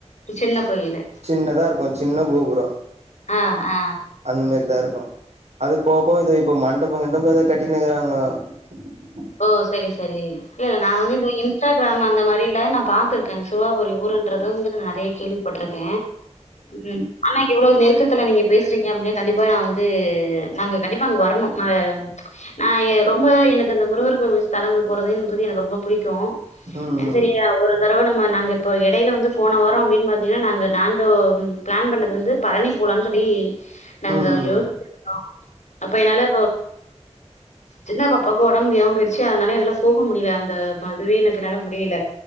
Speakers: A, on the left; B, on the right.
A: சின்ன கோயிலு
B: சின்னதா இருக்கு சின்ன கோபுரோ
A: ஆ அ
B: அந்த மாரிதா இருக்கு அது போகப்போ இது இப்ப மண்டபோ கிண்டபோ ஏத கட்டினுருக்கிறாங்க உம்
A: ஓ சரி சரி இல்ல நா வந்து இந்த இன்ஸ்டாக்ரம் அந்த மாதிரில நா பாக் ட்ருக்க இந்த சிவாபுரி ஊருன்றது வந்து நா நெறைய கேள்விப்பட்ருக்க ம் ஆனா இவ்ளோ நெருக்கத்துல நீங்க பேசுறீங்க அப்டின்னா கண்டிப்பா நா வந்து நாங்க கண்டிப்பா அங்க வர்ணு ந நா ரொம்ப எனக் அந்த முருகர் கோவில் ஸதலங்கள் போறது என்பது எனக்கு ரொம்ப பிடிக்கு
B: ம், ம்,
A: சரிய ஒரு தரவ நம்ம நாங்க இப்ப எடையில வந்து போன வாரோ அப்டின்னு பாத்தீங்கன்னா நாங்க நாங்க ப்ளன் பண்ணது வந்து பழனி போலான் சொல்லி நாங்க
B: ம், ம்,
A: யோசிச்சிட்ருந்தோ அப்ப என்னால சின்ன பக் பாக்கு ஒடம்ப முடியாம போய்டுச்சு அதனால என்னால போக முடியல அந்த இப்ப அதுவே எனக்கு என்னால முடியல